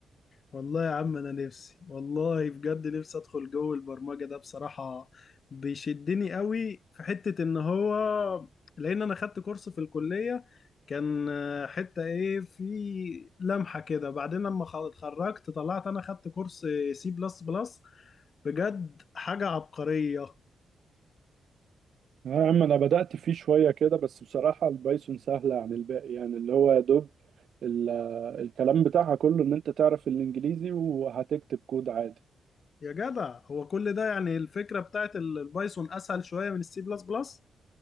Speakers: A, on the left; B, on the right.
A: والله يا عم انا نفسي والله بجد نفسي ادخل جو البرمجه ده بصراحه بيشدني قوي في حته ان هو لان انا خدت كورس في الكليه كان آه، حته ايه في لمحه كده بعدين لما خ- اتخرجت طلعت انا خدت كورس سي بلس بلس بجد حاجه عبقريه
B: اه يا عم انا بدأت فيه شوية كده بس بصراحة البايثون سهلة عن الباقي يعني اللي هو يا دوب ال- الكلام بتاعها كله ان انت تعرف الانجليزي وهتكتب كود عادي
A: يا جدع هو كل ده يعني الفكره بتاعت البايثون اسهل شويه من السي بلس بلس